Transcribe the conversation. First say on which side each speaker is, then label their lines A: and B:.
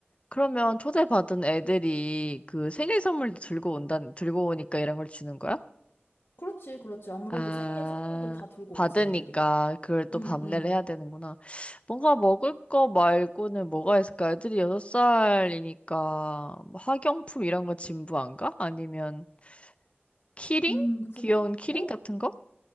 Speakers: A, on the left (about 30°); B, on the left (about 65°).
A: 그러면 초대받은 애들이 그 생일 선물도 들고 온다, 들고 오니까 이런 걸 주는 거야?
B: 그렇지, 그렇지. 아무래도
A: 아,
B: 생일 선물도 다 들고
A: 받으니까
B: 오지, 애들이.
A: 그걸 또
B: 음,
A: 밤내를
B: 음.
A: 해야 되는구나. 뭔가 먹을 거 말고는 뭐가 있을까? 애들이 여섯 살이니까 뭐 학용품 이런 거 진부 안 가? 아니면 키링?
B: 음, 그거,
A: 귀여운 키링
B: 어?
A: 같은 거?